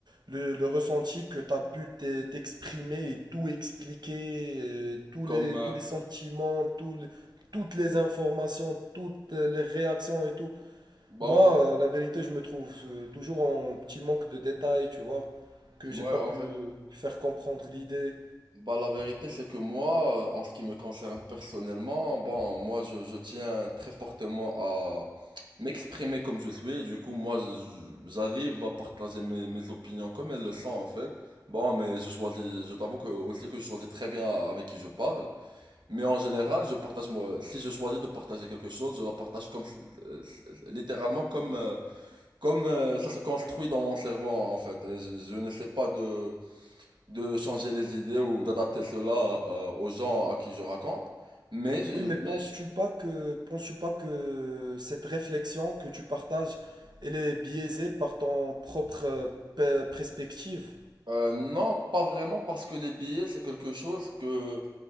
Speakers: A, on the right; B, on the right.
A: le, le ressenti que tu as pu t'e- t'exprimer et tout expliquer, euh, tous
B: Comme,
A: les,
B: euh,
A: tous les sentiments, tous les- toutes les informations, toutes les réactions et tout?
B: bah
A: Moi,
B: en fait,
A: euh, la vérité, je me trouve euh, toujours en petit manque de détails, tu vois, que
B: moi,
A: j'ai pas pu
B: en fait,
A: euh, faire comprendre l'idée.
B: bah la vérité, c'est que moi, euh, en ce qui me concerne personnellement, bon, moi, je, je tiens très fortement à m'exprimer comme je suis. et Du coup, moi, je- j'arrive à partager mes, mes opinions comme elles le sont, en fait. Bon, mais je choisis, je t'avoue que aussi que je choisis très bien avec qui je parle. Mais en général, je partage moi, si je choisis de partager quelque chose, je la partage comme, euh, littéralement comme, euh, Comme euh, ça se construit dans mon cerveau en fait, et je, je n'essaie pas de, de changer les idées ou d'adapter cela euh, aux gens à qui je raconte, mais, je-
A: Oui, mais penses-tu
B: mais je-
A: pas que, penses-tu pas que cette réflexion que tu partages, elle est biaisée par ton propre euh, pe- perspective?
B: euh, non, pas vraiment parce que les billets c'est quelque chose que